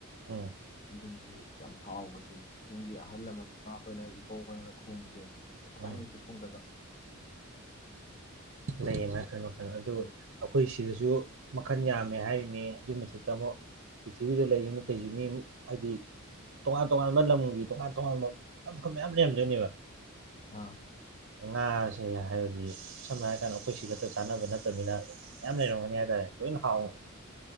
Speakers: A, on the right; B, on the left.
A: ꯎꯝ
B: ꯑꯗꯨꯗꯤ ꯌꯥꯝ ꯍꯥꯎꯕꯁꯦ ꯌꯨꯝꯒꯤ ꯑꯍꯜ ꯑꯃꯅꯤ ꯏꯃꯥꯈꯣꯏꯅ ꯏꯕꯧꯈꯣꯏꯅꯒ ꯊꯣꯡꯕꯁꯦ ꯑꯩꯣꯏ ꯊꯥꯏꯅꯩ
A: ꯎꯝ
B: ꯈꯨꯊꯣꯡꯗꯒ
A: ꯂꯩ ꯃ ꯑꯗꯨ
B: ꯎꯝ
A: ꯑꯩꯈꯣꯏ ꯁꯤꯗꯁꯨ ꯃꯈꯟ ꯌꯥꯝꯃꯦ ꯍꯥꯏꯔꯤꯅꯦ ꯑꯗꯨꯏ ꯃꯊꯛꯇ ꯑꯃꯨꯛ ꯄ꯭ꯔꯤꯊꯤꯕꯤꯗ ꯂꯩꯔꯤꯕ ꯃꯈꯩꯁꯤ ꯃꯤ ꯍꯥꯏꯗꯤ ꯇꯣꯉꯥꯟ ꯇꯣꯉꯥꯟꯕ ꯂꯝꯒꯤ ꯇꯣꯉꯥꯟ ꯇꯣꯉꯥꯟꯕ ꯃꯈꯜ ꯃꯈꯟ ꯃꯌꯥꯝ ꯂꯩꯔꯝꯗꯣꯏꯅꯦꯕ
B: ꯑꯥ
A: ꯉꯥꯁꯦ ꯍꯥꯏꯕꯗꯤ ꯁꯝꯅ ꯍꯥꯏꯔ ꯀꯥꯟꯗ ꯑꯩꯈꯣꯏ ꯁꯤ ꯈꯛꯇ ꯆꯥꯅꯕ ꯅꯠꯇꯕꯅꯤꯅ ꯌꯥꯝ ꯂꯩꯔꯝꯒꯅꯤ ꯍꯥꯏ ꯇꯥꯔꯦ ꯂꯣꯏꯅ ꯍꯥꯎꯝ